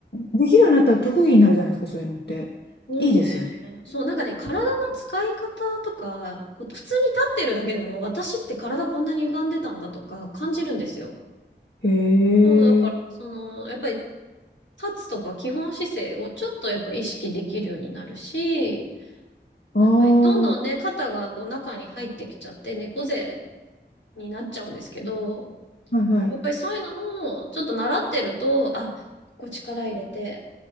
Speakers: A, on the left; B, on the left.
A: できるようになったら特技になるじゃないですか、そういうのって。
B: そうね。
A: いいですよね。
B: そう、なんかね、体の使い方とか、こう普通に立ってるだけでも、私って体こんなに歪んでたんだとか感じるんですよ。
A: へ
B: そう、だから、
A: え、
B: その、やっぱり立つとか基本姿勢をちょっとやっぱ意識できるようになるし、こうやっぱりどんどんね、
A: ああ、は
B: 肩がこう中に入ってきちゃって猫背になっちゃうんですけど、
A: いはい。
B: やっぱりそういうのをちょっと習ってると、あ、こう力入れて、